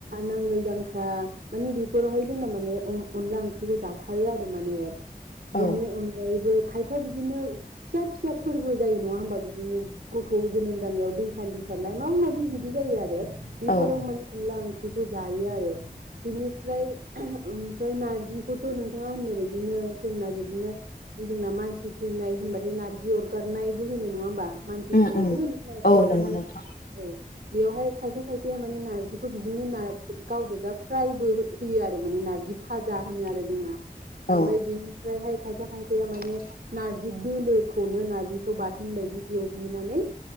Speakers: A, on the right; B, on the left.
A: नांगोल दांख्रा माने बेफोरावहाय जोंना माने अनला ओंख्रिखौ जाथारो आरो माने।
B: औ
A: बेनि अनगायैबो खायफा बिदिनो फिसा फिसा फोरबो जायो नङा हबा बिदिनो गथ' जोनोम जानायाव दै सान्ति सारनाय माबा माबि बिदि जायो आरो। बेफोराव
B: औ
A: माने अनला ओंख्रिखौ जा हायो आरो। बिनिफ्राय ओमफ्राय नार्जिखौथ' नोंथाङा होननाय बदिनो जोंना बिदिनो जोंना मानसि थैनाय होनबाथाय नार्जि अरगारनायबो होनो नङा होनबा? मानसि
B: उम
A: थंनायबो
B: उम
A: होन र
B: औ नंगौ नोंथां
A: औ बेयाव बहाय खायफा खायफै माने नारजिखौ बिदिनो गाव गोजा फ्रायबो होयो आरो माने नार्जि फाजा होनो आरो जोंना ओमफ्राय
B: औ
A: बिनिफ्रायहाय खायफा खायफाया माने नारजि दोलोखौनो नारजिखौ बाथोन बायदि एवग्लिनानै